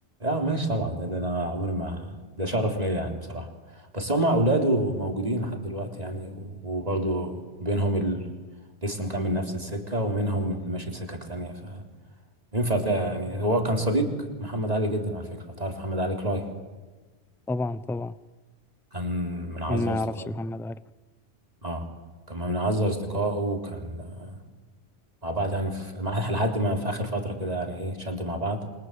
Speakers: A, on the right; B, in the centre.
A: ماشي طبعا ده, ده انا عمري ما ده شرف ليا يعني بصراحه بس هم اولاده موجودين لحد دلوقتي يعني و- وبرضه بينهم ال... لسه مكمل نفس السكه ومنهم اللي ماشي في سكك تانية فينفع تا- يعني هو كان صديق محمد علي جدا على فكره تعرف محمد علي كلاي
B: طبعا طبعا
A: كان من اعز
B: مين ما
A: اصدقائه
B: يعرفش محمد علي
A: اه كان من اعز اصدقائه وكان آه، مع بعض يعني في مع- لحد ما في اخر فتره كده يعني ايه شدوا مع بعض